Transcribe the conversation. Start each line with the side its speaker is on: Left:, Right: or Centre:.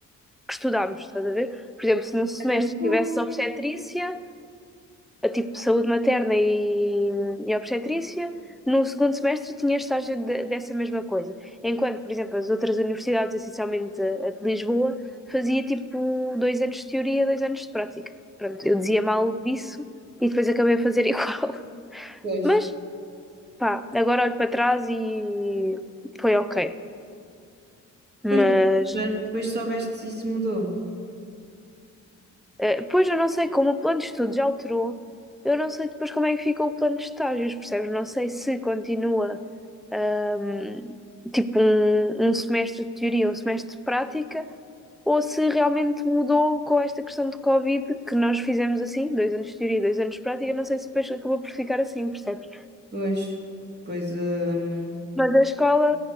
Centre: que estudámos, estás a ver? Por exemplo, se num semestre
Right: é muito bom.
Centre: tivesse obstetrícia, a tipo saúde materna e, e obstetrícia, no segundo semestre tinha estágio de- dessa mesma coisa. Enquanto, por exemplo, as outras universidades, essencialmente a, de Lisboa, fazia tipo dois anos de teoria, dois anos de prática. Pronto, eu dizia mal disso e depois acabei a fazer <laughs> igual.
Right: Pois,
Centre: Mas, pá, agora olho para trás e foi ok. Mas
Right: pois, mas depois soubeste se isso mudou.
Centre: Eh, pois eu não sei como o plano de estudos já alterou, eu não sei depois como é que fica o plano de estágios, percebes? Não sei se continua ahm, tipo um, um semestre de teoria, um semestre de prática, ou se realmente mudou com esta questão de Covid que nós fizemos assim, dois anos de teoria, dois anos de prática, não sei se depois acabou por ficar assim, percebes?
Right: Pois, pois, hum,
Centre: Mas a escola